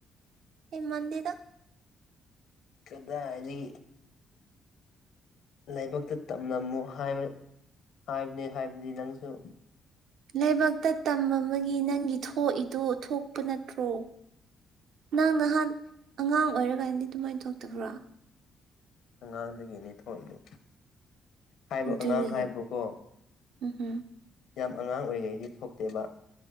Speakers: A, on the right (about 75°); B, on the left (about 75°).
A: ꯍꯦꯟꯃꯟꯗꯦꯗ
B: ꯀꯗꯥꯏꯗꯒꯤ ꯂꯥꯏꯕꯛꯇ ꯇꯝꯂꯝꯃꯨ ꯍꯥꯏꯕ ꯍꯥꯏꯕꯅꯦ ꯍꯥꯏꯕꯗꯤ ꯅꯪꯁꯨ
A: ꯂꯥꯏꯕꯛꯇ ꯇꯝ ꯃꯝꯕꯒꯤ ꯅꯪꯒꯤ ꯊꯣꯛꯏꯗꯨ ꯊꯣꯛꯄ ꯅꯠꯇ꯭ꯔꯣ ꯅꯪ ꯅꯍꯥꯟ ꯑꯉꯥꯡ ꯑꯣꯏꯔꯀꯥꯟꯗꯗꯤ ꯑꯗꯨꯃꯥꯏꯟ ꯊꯣꯛꯇꯕ꯭ꯔꯣ
B: ꯑꯉꯥꯡꯗꯒꯤꯅꯦ ꯊꯣꯛꯏꯗꯣ ꯍꯥꯏꯕ
A: ꯑꯗꯨꯅꯤꯅ
B: ꯑꯉꯥꯡ ꯍꯥꯏꯕꯨꯀꯣ
A: ꯎꯝ
B: ꯌꯥꯝ ꯑꯉꯥꯡ ꯑꯣꯏꯔꯤꯉꯩꯗꯤ ꯊꯣꯛꯇꯦꯕ